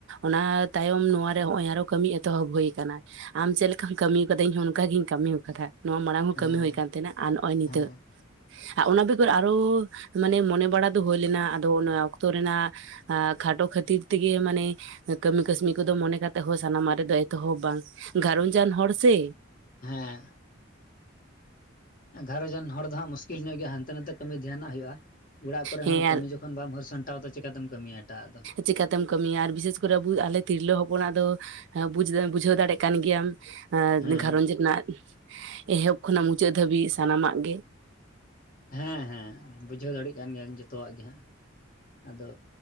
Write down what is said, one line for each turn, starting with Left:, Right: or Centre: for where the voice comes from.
Right: ᱚᱱᱟ ᱛᱟᱭᱚᱢ ᱱᱚᱣᱟ ᱨᱮ ᱦᱚᱸᱜ-ᱚᱭ ᱟᱨᱚ ᱠᱟᱹᱢᱤ ᱮᱛᱚᱦᱚᱵ ᱦᱩᱭ ᱠᱟᱱᱟ᱾ ᱟᱢ ᱪᱮᱫ ᱞᱮᱠᱟᱢ ᱠᱟᱹᱢᱤᱣ ᱠᱟᱫᱟ ᱤᱧ ᱦᱚᱸ ᱚᱱᱠᱟ ᱜᱤᱧ ᱠᱟᱢᱤᱣ ᱠᱟᱫᱟ᱾ ᱱᱚᱣᱟ ᱢᱟᱲᱟᱝ ᱦᱚᱸ
Left: ᱦᱮᱸ
Right: ᱠᱟᱹᱢᱤ ᱦᱩᱭ ᱠᱟᱱ ᱛᱮᱦᱮᱱᱟ ᱟᱨ ᱱᱚᱜ-ᱚᱸᱭ ᱱᱤᱛᱟᱹᱜ᱾
Left: ᱦᱮᱸ
Right: ᱟᱨ ᱚᱱᱟ ᱵᱮᱜᱚᱨ ᱟᱨᱚ ᱢᱟᱱᱮ ᱢᱚᱱᱮ ᱵᱟᱲᱟ ᱫᱚ ᱦᱩᱭ ᱞᱮᱱᱟ ᱟᱫᱚ ᱚᱱᱟ ᱚᱠᱛᱚ ᱨᱮᱱᱟᱜ ᱟᱻ ᱠᱷᱟᱴᱚ ᱠᱷᱟᱹᱛᱤᱨ ᱛᱮᱜᱮ ᱢᱟᱱᱮ ᱠᱟᱹᱢᱤ ᱠᱟᱹᱥᱱᱤ ᱠᱚᱫᱚ ᱢᱚᱱᱮ ᱠᱟᱛᱮᱜ ᱦᱚᱸ ᱥᱟᱱᱟ ᱢᱟᱜ ᱨᱮᱫᱚ ᱮᱛᱚᱦᱚᱵ ᱵᱟᱝ ᱜᱷᱟᱨᱚᱸᱡᱟᱱ ᱦᱚᱲ ᱥᱮ᱾
Left: ᱦᱮᱸ᱾ ᱜᱷᱟᱨᱚᱸᱧᱡᱟᱱ ᱦᱚᱲ ᱫᱚ ᱦᱟᱸᱜ ᱢᱩᱥᱠᱤᱞ ᱧᱚᱜ ᱜᱮᱭᱟ ᱦᱟᱱᱛᱮ ᱱᱟᱛᱮ ᱠᱟᱹᱢᱤ ᱫᱷᱮᱭᱟᱱᱟᱜ ᱦᱩᱭᱩᱜ-ᱟ᱾ ᱚᱲᱟᱜ ᱠᱚᱨᱮ
Right: ᱦᱮᱸ
Left: ᱦᱚᱸ ᱠᱟᱹᱢᱤ
Right: ᱟᱨ
Left: ᱡᱚᱠᱷᱚᱱ ᱵᱟᱢ ᱦᱟᱹᱨ ᱥᱟᱢᱴᱟᱣᱟ ᱛᱚ ᱪᱤᱠᱟᱛᱮᱢ ᱠᱟᱹᱢᱤᱭᱟ ᱮᱴᱟᱜ-ᱟᱜ ᱫᱚ᱾
Right: ᱪᱤᱠᱟ ᱛᱮᱢ ᱠᱟᱹᱢᱤᱭᱟ ᱟᱨ ᱵᱤᱥᱮᱥ ᱠᱚᱨᱮ ᱟᱹᱵᱩ ᱟᱞᱮ ᱛᱤᱨᱞᱟᱹ ᱦᱚᱯᱚᱱᱟᱜ ᱫᱚ ᱦᱮᱸ ᱵᱩᱡᱽ ᱫᱟᱵᱮᱱ ᱵᱩᱡᱷᱟᱹᱣ ᱫᱟᱲᱮᱜ ᱠᱟᱱ ᱜᱮᱭᱟᱢ᱾
Left: ᱦᱮᱸ
Right: ᱮᱸ ᱜᱷᱟᱨᱚᱸᱡᱽ ᱨᱮᱱᱟᱜ ᱮᱦᱚᱵ ᱠᱷᱚᱱᱟᱜ ᱢᱩᱪᱟᱹᱫ ᱫᱷᱟᱹᱵᱤᱡ ᱥᱟᱱᱟᱢᱟᱜ ᱜᱮ᱾
Left: ᱦᱮᱸ ᱦᱮᱸ ᱵᱩᱡᱷᱟᱹᱣ ᱫᱟᱲᱤᱜ ᱠᱟᱱ ᱜᱤᱭᱟᱹᱧ ᱡᱚᱛᱚᱣᱟᱜ ᱜᱮ ᱦᱟᱸᱜ ᱟᱫᱚ